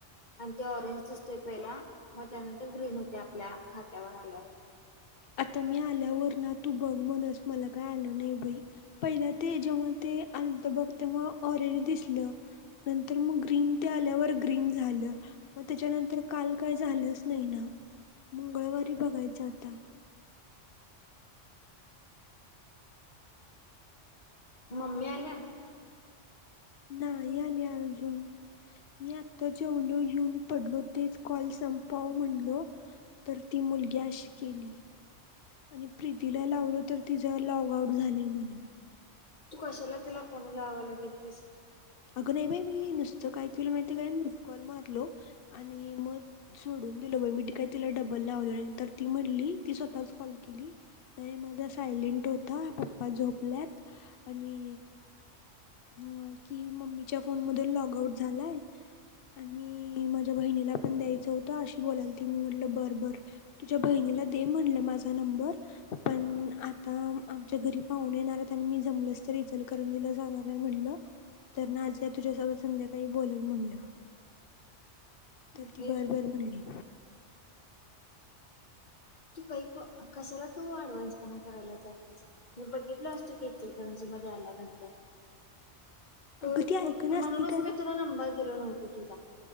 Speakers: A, on the left (about 40°); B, on the left (about 55°).
A: आणि ते ऑरेंज दिसते पहिला मग त्यानंतर ग्रीन होते आपल्या खात्यावर आल्यावर
B: आता मी आल्या वरणा तू बघ म्हणस मला काय आलं नाही बाई पहिला ते जेव्हा ते आलं तर बघ ते म ऑरेंज दिसलं नंतर मग ग्रीन ते आल्यावर ग्रीन झालं मग त्याच्यानंतर काल काही झालंच नाही ना मंगळवारी बघायं आता
A: ममीमी आल्या
B: नाही आली अजून मी आत्ता जेवलो येऊन पडलो तेच कॉल संपाव म्हणलो तर ती मुलगीशी केली आणि प्रीतीला लावल तर तिचां लॉग आउट झालंय म्हणा
A: तू कशाला तिला फोन लावायला गेलतीस.
B: अगं नाही बाई मी नुसतं काय केलं माहितीय काय मग. कॉल मारलो आणि मग सोडून दिल मी काय तिला डबल लावलं तर ती म्हटली. ती स्वतःच कॉल केली. नाही माझा सायलेंट होता पप्पा झोपल्यात आणि ह कि मम्मीच्या फोन मधून लॉग आउट झालाय. आणि माझ्या बहिणीला पण द्यायचं होतं अशी बोलाल ती मी म्हटलं बर बर तुझ्या बहिणी दे म्हल माजा नंबर पण आता आमच्या घरी पाहूने येनार आहेत आणी मी जमल तर त इचल करंजला जाणार आहे म्हणलं. तर ना आज या तुझ्यासोबत संध्याकाळी बोलाल म्हणलं तर
A: फिर
B: ती बर बर म्हणली.
A: तू काही कशाला तू आडवान्स पणा करायला जत्यास मी भगितलो आसतो इचलकरंजी मध्ये आल्या नंतर
B: <inaudible>
A: त
B: अगं ती ऐकनाच
A: तू म्हणूनच
B: ती काय
A: मी तुला नंबर दिलो नव्हतो तुझा